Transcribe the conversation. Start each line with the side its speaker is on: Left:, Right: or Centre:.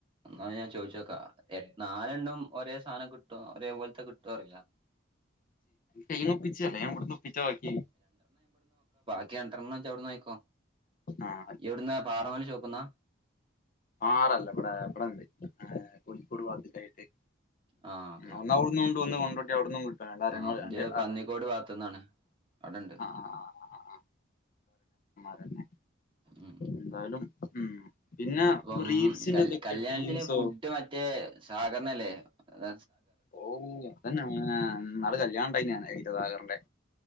Right: എന്നാ ഞാൻ ചോദിച്ചോക്കാം യെ നാലെണ്ണം ഒരേ സാധനം ട്ടോ അതേ പോലത്തെ കിട്ടോന്ന് അറിയില്ല
Left: കൈന് ഒപ്പിച്ചല്ലേ ഞാൻ ഇവിടുന്ന് ഒപ്പിച്ച ബാക്കി
Right: <unintelligible> നയിക്കോ
Left: ആഹ്
Right: എവിടുന്നാ പാറമല ചോക്കുന്ന
Left: ആറല്ലേ ഇവടെ <unintelligible> കോഴിക്കോട് <unintelligible>
Right: ആഹ് ഓക്കെ ഓക്കെ
Left: ഒന്ന് അവിടുന്ന് കൊണ്ട് വന്ന് ഒന്ന് അവിടുന്ന്
Right: ആഹ് ഇന്റെ പന്നിക്കോട് ഭാഗത്ത്ന്നാണ് അവിടെണ്ട്
Left: ആ ആ <unintelligible> <unintelligible>
Right: ഉം
Left: എന്തായാലും ഉം പിന്നെ
Right: ഉം
Left: റീൽസിന്റെ
Right: കൽ
Left: ഇതൊക്കെ
Right: കല്യാണത്തിന്
Left: ടീംസോ
Right: ഫുഡ് മറ്റേ സാഗർ ന ല്ലേ അത
Left: ഔ <unintelligible> നാളെ കല്യാൺ യ്നാണത്. സുധാകർന്റെ